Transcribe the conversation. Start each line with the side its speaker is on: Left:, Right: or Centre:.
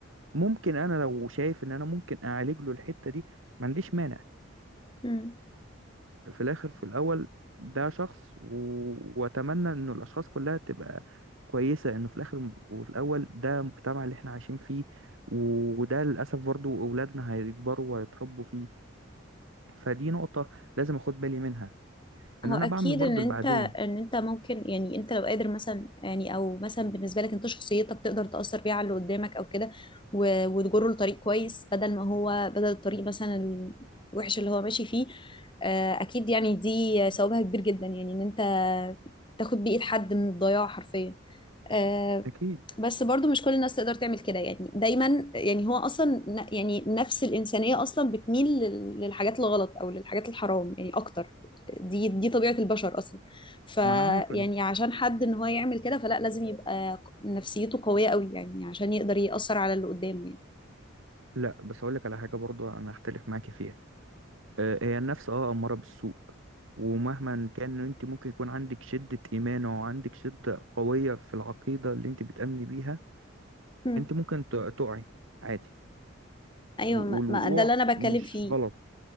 Right: ممكن انا لو شايف ان انا ممكن اعالج له الحتة دي ما عنديش مانع
Left: امم
Right: في الاخر في الاول ده شخص و... واتمنى انه الاشخاص كلها تبقى كويسة انه في الاخر وفي الاول ده المجتمع اللي احنا عايشين فيه وده للاسف برضو اولادنا هيكبروا وهيتربوا فيه فدي نقطة لازم اخد بالي منها ان
Left: هو
Right: انا
Left: اكيد
Right: بعمل برضو
Left: ان انت
Right: اللي بعدين
Left: ان انت ممكن يعني انت لو قادر مثلا يعني او مثلا بالنسبه لك انت شخصيتك تقدر تاثر بيها على اللي قدامك او كده و- وتجره لطريق كويس بدل ما هو بدل الطريق مثلا الوحش اللي هو ماشي فيه آه، اكيد يعني دي ثوابها كبير جدا يعني ان انت تاخد بايد حد من الضياع حرفيا آه،
Right: اكيد
Left: بس برضو مش كل الناس تقدر تعمل كده يعني دايما يعني هو اصلا ن- يعني نفس الانسانيه اصلا بتميل لل- للحاجات الغلط او للحاجات الحرام يعني اكتر دي دي طبيعة البشر أصلا فيعني
Right: ما انا عارف ان
Left: عشان حد إن هو يعمل كده فلا لازم يبقى نفسيته قوية قوي يعني عشان يقدر يأثر على اللي قدامه يعني
Right: لا بس اقول لك على حاجه برضو انا هختلف معاكي فيها آه، هي النفس اه اماره بالسوء ومهما كان انت ممكن يكون عندك شده ايمان او عندك شده قويه في العقيده اللي انت بتامني بيها
Left: مم.
Right: انت ممكن ت- تقعي عادي
Left: أيوة
Right: و-
Left: ما
Right: والوقوع
Left: ما ده اللي أنا بتكلم
Right: مش
Left: فيه
Right: غلط